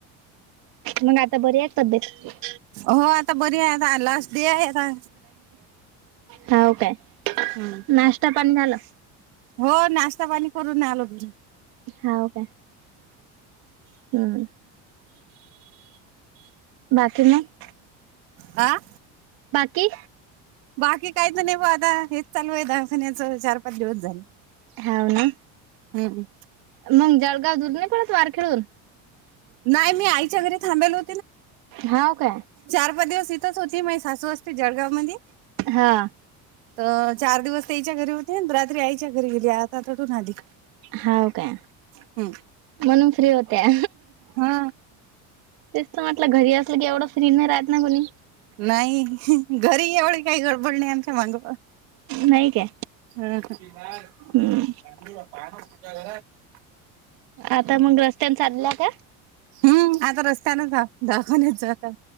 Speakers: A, on the right; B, on the right.
A: मग आता बरी हाय तब्येत?
B: हो आता बरी आहे. आता लास्ट डे आहे आता.
A: हाव काय?
B: हं.
A: नाश्ता पाणी झालं?
B: हो. नाश्ता पाणी करून आलो मी.
A: हाव का? हं. बाकी मग?
B: अं
A: बाकी
B: बाकी काहीच नाही बघ. आता हेच चालू आहे, दखान्याच चार पाच दिवस झाले.
A: हाव ना.
B: हं हं
A: मग, जळगाव दूर नाही पडत वार खेळून.
B: नाही. मी आईच्या घरी थांबल हो.
A: हाव काय?
B: चार पाच दिवस इथंच होती. माझी सासू असते जळगाव मध्ये.
A: हां
B: तर चार दिवस ताईच्या घरी होती. रात्री आईच्या घरी गेली, आता तिथून आली.
A: हाव काय?
B: हम्म
A: म्हणून फ्री होत्या.
B: हा
A: तेच तर म्हटलं घरी असलं की, एवढं फ्री नाही राहत ना कोणी?
B: नाही. घरी एवढी काही गडबड नाही. आमच्या माग
A: नाही काय
B: हं हं
A: हम्म
B: पाण्या सुट्या घरा <inaudible>
A: आता मगं रस्त्याने चालल्या का?
B: हं. आज रस्त्यानच ह दाखवूनच जा आता.